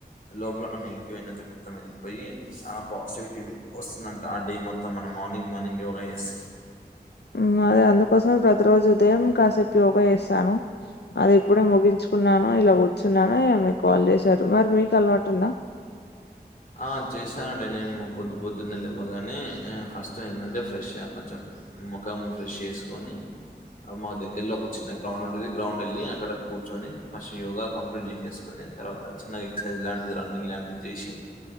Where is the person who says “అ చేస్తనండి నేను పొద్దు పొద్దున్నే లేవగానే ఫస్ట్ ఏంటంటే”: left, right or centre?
Left